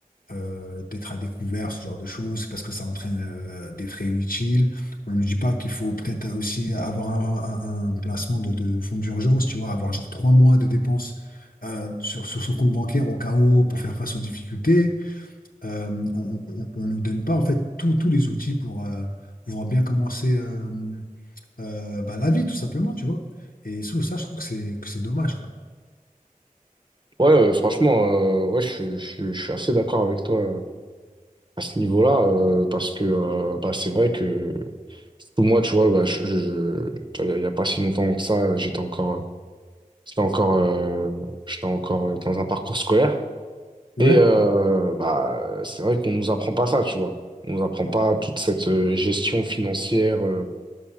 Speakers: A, on the left (about 75°); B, on the right (about 30°).
A: euh, d'être à découvert, ce genre de choses, parce que ça entraîne euh, des frais inutiles. On ne dit pas qu'il faut peut-être aussi avoir un, un- un placement de, de fonds d'urgence, tu vois, avoir genre trois mois de dépenses euh, sur, sur son compte bancaire au cas où pour faire face aux difficultés. Euh, on ne nous donne pas en fait tous tous les outils pour euh, pouvoir bien commencer euh, euh, bah, la vie, tout simplement, tu vois. Et sous ça, je trouve que c'est que c'est dommage, quoi.
B: Ouais, euh, franchement, euh, ouais, je, suis- je, suis je suis assez d'accord avec toi à ce niveau-là, euh, parce que euh, bah, c'est vrai que pour moi, tu vois, bah, je, je- je- tu vois, il n'y a, pas si longtemps que ça, j'étais encore, j'étais encore, euh, j'étais encore dans un parcours scolaire.
A: Ouais,
B: Et euh, bah, c'est vrai qu'on nous apprend pas ça, tu vois. On nous apprend
A: Ouais,
B: pas toute cette euh, gestion financière euh,